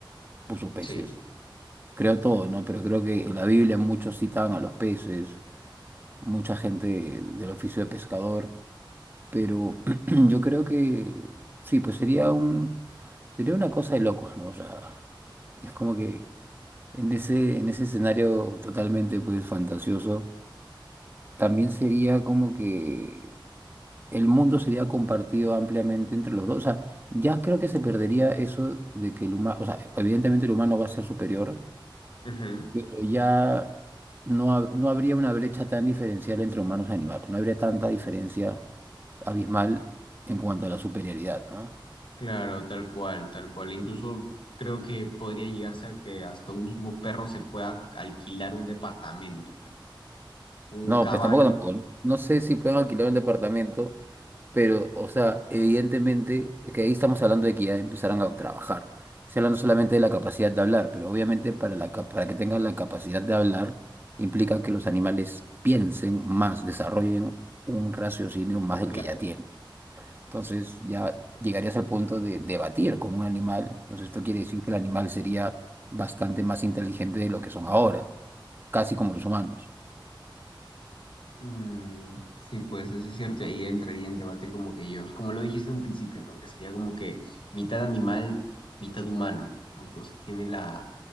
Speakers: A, on the right; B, on the left.
A: puso peces,
B: Sí.
A: creo todo, ¿no? Pero creo que en la Biblia muchos citaban a los peces, mucha gente del oficio de pescador, pero <clears throat> yo creo que sí, pues sería un, sería una cosa de locos, ¿no? O sea, es como que En ese, en ese escenario totalmente pues fantasioso, también sería como que el mundo sería compartido ampliamente entre los dos. O sea, ya creo que se perdería eso de que el humano, o sea, evidentemente el humano va a ser superior,
B: Ujú,
A: pero ya no, ha- no habría una brecha tan diferencial entre humanos y animales, no habría tanta diferencia abismal en cuanto a la superioridad, ¿no?
B: Claro, tal cual, tal cual. Incluso creo que podría llegarse a que hasta un mismo perro se pueda alquilar un departamento, pues. Un
A: No,
B: Mm. caballo,
A: pues tampoco, tampoco. No sé si pueden alquilar un departamento Pero, o sea, evidentemente, es que ahí estamos hablando de que ya empezarán a trabajar. Estoy hablando solamente de la capacidad de hablar, pero obviamente para la, cap- para que tengan la capacidad de hablar implica que los animales piensen más, desarrollen un raciocinio más del
B: Claro.
A: que ya tienen. Entonces ya llegarías al punto de debatir con un animal. Entonces esto quiere decir que el animal sería bastante más inteligente de lo que son ahora, casi como los humanos.
B: Mm, sí, pues eso es cierto, y ahí entraría en debate como que ellos, como lo dijiste en un principio, ¿no? Que sería como que mitad animal, mitad humano, ¿no? Pero, o sea, tiene la,